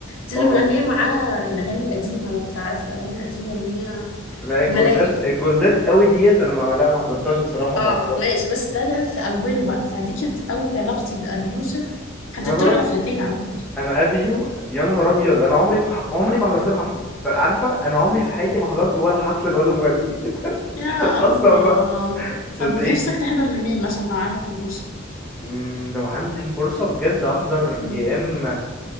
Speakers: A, on the left; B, in the centre.
A: دي
B: اه
A: اللي مغنيه معاه الاغاني القديمه لو تعرف الاغاني القديمه اللي هي
B: لا الجولدات
A: الملاهي
B: الجولدات قوي ديت انا ما لا ما حضرتهاش بصراحه وما
A: اه
B: اعرفهاش
A: ماشي بس ده ده في اوله بقى فدي كانت اول
B: مم.
A: علاقتي بأبي يوسف حضرت
B: عايز اقول
A: له
B: لك
A: حفلتين على فكره
B: انا ابيو يا نهار ابيض انا عمري ما ح- عمري ما حضرت له حفله عارفه انا عمري في حياتي ما حضرت ولا حفله ولا مغني <laughs>
A: يا
B: اصلا
A: الله
B: بقى صدقيني
A: طب نفسك تحضر لمين مثلا لو عندك الفرصة
B: مم، لو عندي الفرصه بجد احضر
A: مم.
B: يا اما